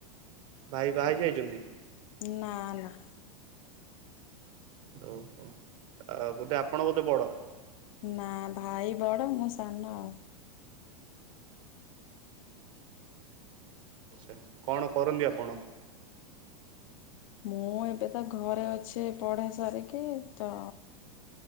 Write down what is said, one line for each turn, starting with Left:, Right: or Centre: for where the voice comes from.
Right: ଭାଇ ବାହା ହେଇ ଯାଇଛନ୍ତି?
Left: ନା ନା।
Right: ଓହୋ ଆ ବୋଧେ ଆପଣ ବୋଧେ ବଡ?
Left: ନା ଭାଇ ବଡ଼ ମୁଁ ସାନ ଆଉ।
Right: ଆଛା କଣ କରନ୍ତିି ଆପଣ?
Left: ମୁଁ ଏବେ ତା ଘରେ ଅଛି ପଢା ସାରିକି ତ